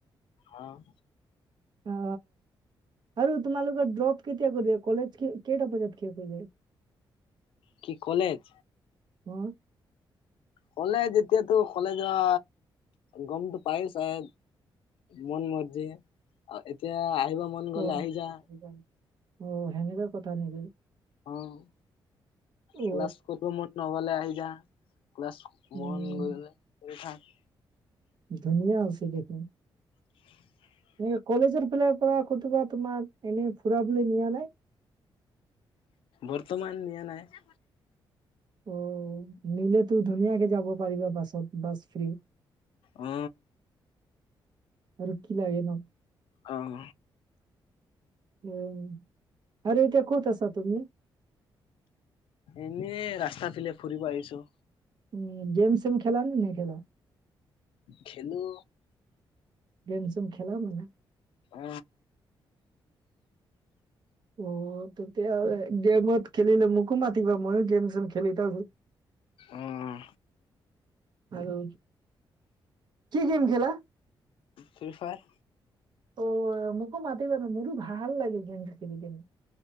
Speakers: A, on the left (about 85°); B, on the right (about 55°).
A: হ, অ'।
B: অ আৰু তোমালোকৰ ড্ৰপ কেতিয়া কৰি কলেজ কেইটা বজাত শেষ হৈ যায়।
A: কি কলেজ।
B: অ'।
A: কলেজ যেতিয়াতো কলে যোৱা গমতটো পায় চাই এ। মন মৰ্জি আৰু এতিয়া আহিব মন
B: অ
A: গলে আহি যা।
B: <unintelligible> অ হেনেকাঁ কথা নেকি।
A: অ'।
B: অ
A: ক্লাছ কৰ মন নগলে আহ যা ক্লাছ
B: উম
A: মন গলে। কৰি থাক।
B: ধুনীয়া আছে দেখোন।
A: <inaudible>
B: এনেকে কলেজৰ ফাল পৰা কোবা তোমাক এনেই ফুৰাবলৈ নিয়া নাই।
A: বৰ্তমান নিয়া নাই।
B: অ নিলে তো ধুনীয়াকে যাব পাৰিবা বাছত বাছ ফ্ৰী
A: অ
B: আৰু কি লাগে নু
A: আহ
B: উম আৰে এতিয়া ক'ত আছা তুমি
A: এনেই ৰাস্তা ফেলে ফুৰিব আহিছো
B: উ গেম চেম খেল নে নাই খেলা
A: খেলো
B: গেম চেম খেলা মানে
A: অ
B: অ তেতিয়া হলে গেমত খেলিলে মোকো মাতিৱা মই গেম চেম খেলি থাকো
A: আহ
B: আৰু কি গেম খেলা
A: ফি ফায়াৰ
B: অ' মোকো মাতিবা ন মোৰো ভাল লাগে গেম খেলি কিনে